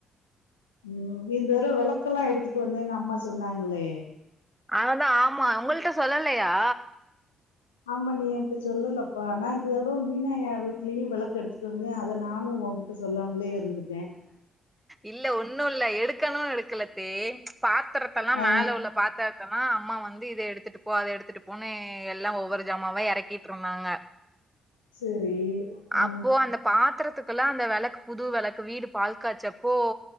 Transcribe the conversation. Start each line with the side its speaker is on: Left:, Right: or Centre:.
Left: ம் இந்த தரவ வெளக்கெல்லா எடுத்துட்டு வந்தேன்னு அம்மா சொன்னாங்களே
Centre: அததா ஆமா உங்கள்ட்ட சொல்லலையா
Left: ஆமா நீ என்ட்ட சொல்லலப்பா நா இந்த தடவ மீனய்யா வீட்லயு வெளக்கு எடுத்துட்டு வந்தே அத நானு ஒங்கிட்ட சொல்லாமலே இருந்துட்டே
Centre: இல்ல ஒன்னு இல்ல எடுக்கணும்னு எடுக்கலேத்தே பாத்திரத்தல்லா
Left: ஆ
Centre: மேல உள்ள பாத்திரத்தல்லா அம்மா வந்து இத எடுத்துட்டு போ அத எடுத்துட்டு போன்னு எல்லா ஒவ்வொரு ஜாமாவா எறக்கிட்டு இருந்தாங்க
Left: சரி. ஆ
Centre: அப்போ அந்த பாத்தரத்துக்குள்ள அந்த வெளக்கு புது வெளக்கு வீடு பால் காச்சப்போ